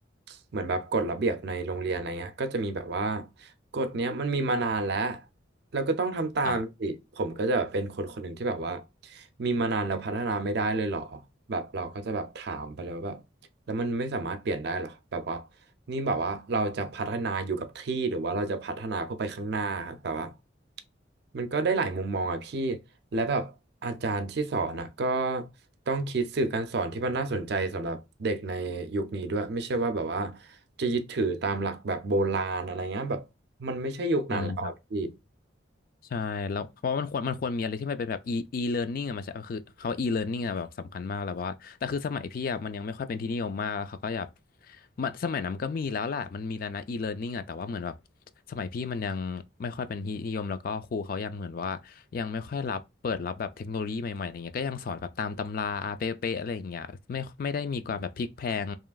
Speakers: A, on the right (about 55°); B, on the left (about 50°).
A: เหมือนแบบกฎระเบียบในโรงเรียนอะไรเงี้ยก็จะมีแบบว่ากฎเนี้ยมันมีมานานแล้วเราก็ต้องทำตามสิผมก็จะเป็นคนคนหนึ่งที่แบบว่า
B: ครับ
A: มีมานานแล้วพัฒนาไม่ได้เลยเหรอแบบเราก็จะแบบถามไปแล้วแบบ แล้วมันไม่สามารถเปลี่ยนได้หรอกแบบว่านี่แบบว่าเราจะพัฒนาอยู่กับที่หรือว่าเราจะพัฒนาเพื่อไปข้างหน้าครับแบบว่ามันก็ได้หลายมุมมองอะพี่และแบบอาจารย์ที่สอนอะก็ต้องคิดสื่อการสอนที่มันน่าสนใจสำหรับเด็กในยุคนี้ด้วยไม่ใช่ว่าแบบว่าจะยึดถือตามหลักแบบโบราณอะไรเงี้ยแบบมันไม่ใช่ยุคนั้นแล้วอะพี่
B: จริงครับ ใช่แล้วเพราะมันควรมันควรมีอะไรที่มันเป็นแบบ e e learning อะมันจะคือเขา e learning อะแบบสำคัญมากแล้วว่าแต่คือสมัยพี่อะมันยังไม่ค่อยเป็นที่นิยมมากแล้วเขาก็อยากมันสมัยนั้นก็มีแล้วแหละมันมีแล้วนะ e learning อะแต่ว่าเหมือนแบบสมัยพี่มันยังไม่ค่อยเป็นที่นิยมแล้วก็ครูเขายังเหมือนว่ายังไม่ค่อยรับเปิดรับแบบเทคโนโลยีใหม่ๆอะไรเงี้ยก็ยังสอนแบบตามตำราอาเป๊ะๆอะไรอย่างเงี้ยไม่ไม่ได้มีความแบบพลิกแพลง